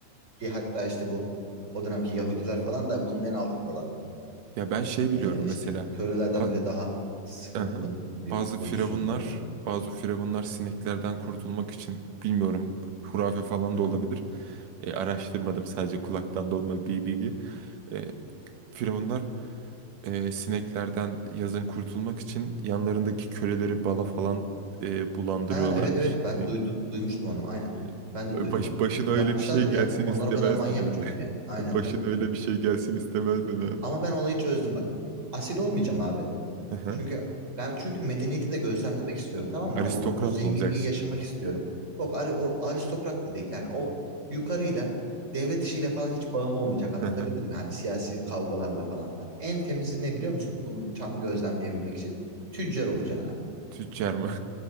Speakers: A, on the right (about 20°); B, on the right (about 70°).
A: Ki hatta işte bu o dönemki Yahudiler falan da bunun en altındalar falan.
B: Ya ben şey
A: Ee,
B: biliyorum
A: işte
B: mesela
A: kölelerden
B: ba-
A: bile daha sıkıntılı
B: Aha.
A: bir
B: Bazı firavunlar,
A: pozisyonları var.
B: bazı firavunlar sineklerden kurtulmak için bilmiyorum hurafe falan
A: Hı
B: da
A: hı.
B: olabilir. E, araştırmadım sadece kulaktan dolma bir bilgi. E, firavunlar e, sineklerden yazın kurtulmak için yanlarındaki köleleri bala falan e, bulandırıyorlarmış.
A: Ha evet evet ben
B: Ne-
A: duydum duymuştum onu. Aynen.
B: yani
A: Ben de duydum
B: Baş,
A: onu.
B: başına öyle
A: Yapmışlardır
B: bir şey
A: ya.
B: gelsin
A: Onlar
B: istemezdim
A: o kadar manyak
B: yani.
A: çünkü yani.
B: <laughs>
A: Aynen
B: Başına
A: öyle.
B: öyle bir şey gelsin istemezdim
A: <laughs>
B: yani.
A: Ama ben olayı çözdüm bak. Asil olmayacağım abi.
B: Aha.
A: Çünkü ben çünkü medeniyeti de gözlemlemek istiyorum tamam mı?
B: Aristokrat
A: O, o zenginliği
B: mı olacaksın?
A: yaşamak istiyorum. O, ari- o aristokrat da değil. Yani o yukarıyla devlet işiyle falan hiç bağım olmayacak. Anlatabildim
B: Aha.
A: mi? Hani siyasi kavgalarla falan filan. En temizi ne biliyor musun? Bunu tam gözlemleyebilmek için tüccar olacaksın abi.
B: Tüccar mı?